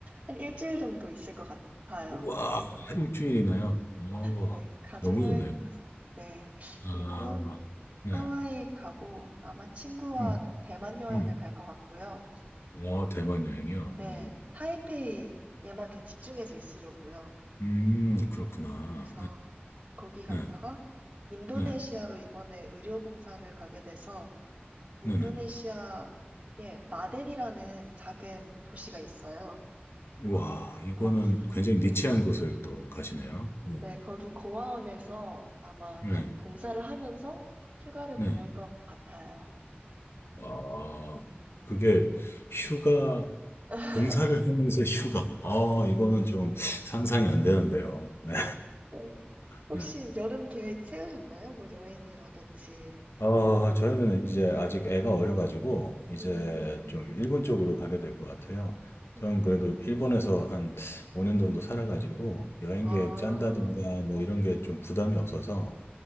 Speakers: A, on the right; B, on the left.
A: 한 일주일 정도 있을 것 같아요.
B: 우와, 한 일주일이나요? 어,
A: 네, 가족여행이라서.
B: 너무 좋네요.
A: 네.
B: 아,
A: 그리고
B: 네.
A: 하와이 가고 아마 친구와
B: 음,
A: 대만 여행을
B: 음.
A: 갈 것 같고요.
B: 와, 대만 여행이요? 어.
A: 네, 타이페이에만 이렇게 집중해서 있으려고요.
B: 음, 그렇구나.
A: 그래서 거기 갔다가
B: 네, 네,
A: 인도네시아로
B: 네,
A: 이번에 의료봉사를 가게 돼서 인도네시아에
B: 네, 네, 네.
A: 마덴이라는 작은 도시가 있어요.
B: 와, 이거는
A: 거기,
B: 굉장히 니치한 곳을 또 가시네요. 음,
A: 네, 거기 고아원에서 아마
B: 네,
A: 좀 봉사를 하면서 휴가를
B: 네.
A: 보낼 것 같아요.
B: 아,
A: 음.
B: 그게 휴가,
A: <laughs>
B: 봉사를 하면서 휴가. 아, 이거는 좀 상상이 안 되는데요. 네,
A: 음. 혹시
B: 네.
A: 여름 계획 세우셨나요? 뭐 여행이라든지.
B: 어, 저희는 이제 아직 애가 어려가지고 이제
A: 음,
B: 좀 일본 쪽으로 가게 될 것 같아요.
A: 음.
B: 저는 그래도 일본에서 한 5년 정도 살아가지고 여행
A: 아,
B: 계획 짠다든가 뭐 이런 게 좀 부담이 없어서